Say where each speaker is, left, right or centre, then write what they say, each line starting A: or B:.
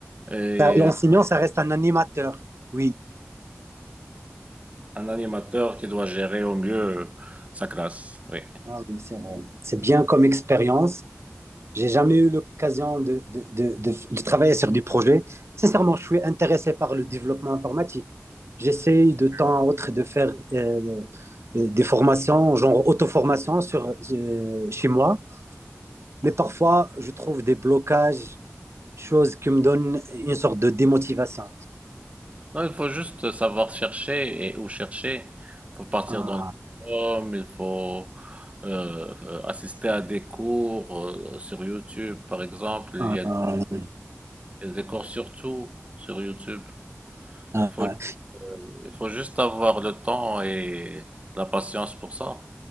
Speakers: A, on the right (about 25°); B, on the right (about 60°).
A: Et
B: Ça, L'enseignant,
A: euh,
B: ça reste un animateur. Oui.
A: un animateur qui doit gérer au mieux euh, sa classe. Oui.
B: Ah oui, c'est vrai. C'est bien comme expérience. J'ai jamais eu l'occasion de, de, de- de- de travailler sur des projets. Sincèrement, je suis intéressé par le développement informatique. J'essaye de temps à autre de faire euh, euh, des formations, genre auto-formation sur, euh, chez moi. Mais parfois, je trouve des blocages, choses qui me donnent une sorte de démotivation.
A: Non, il faut juste savoir chercher et où chercher. Il faut partir
B: Ah,
A: dans les forums, il faut euh, euh, assister à des cours euh, sur YouTube, par exemple. Il
B: ah,
A: y a
B: ah, oui.
A: il y a des cours sur tout sur YouTube.
B: ah.
A: Il faut,
B: ah.
A: il faut juste avoir le temps et la patience pour ça.